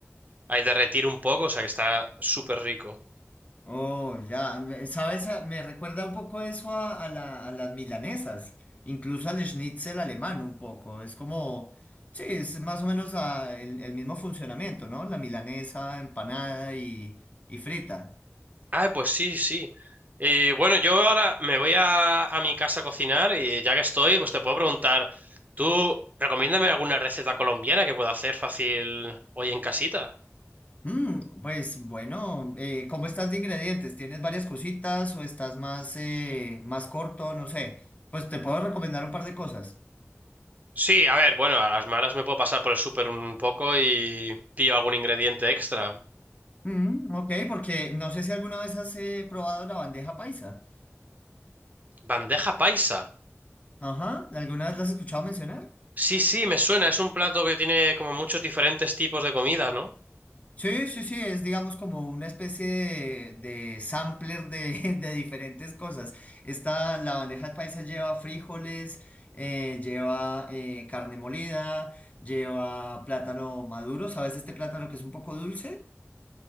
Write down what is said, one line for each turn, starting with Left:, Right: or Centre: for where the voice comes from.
Right: Ahí derretir un poco, o sea que está súper rico.
Left: Oh, ya. Me- ¿Sabes? A- Me recuerda un poco eso a, a la- a las milanesas. Incluso al schnitzel alemán un poco. Es como, sí, es más o menos ah, el, el mismo funcionamiento, ¿no? La milanesa empanada y, y frita.
Right: Ah, pues sí, sí. Y bueno, yo ahora me voy a, a mi casa a cocinar y ya que estoy, pues te puedo preguntar, ¿tú recomiéndame alguna receta colombiana que pueda hacer fácil hoy en casita?
Left: Mm, pues bueno, eh, ¿cómo estás de ingredientes? ¿Tienes varias cositas o estás más, eh, más corto? No sé. Pues te puedo recomendar un par de cosas.
Right: Sí, a ver, bueno, a las malas me puedo pasar por el súper un poco y pillo algún ingrediente extra.
Left: Mm, ok, porque no sé si alguna vez has eh, probado la bandeja paisa.
Right: Bandeja paisa.
Left: Ajá, ¿alguna vez la has escuchado mencionar?
Right: Sí, sí, me suena, es un plato que tiene como muchos diferentes tipos de comidas, ¿no?
Left: Sí, sí, sí, es digamos como una especie de, de sampler de, <laughs> de diferentes cosas. Esta, la bandeja paisa lleva frijoles, eh, lleva eh, carne molida, lleva plátano maduro, ¿sabes este plátano que es un poco dulce?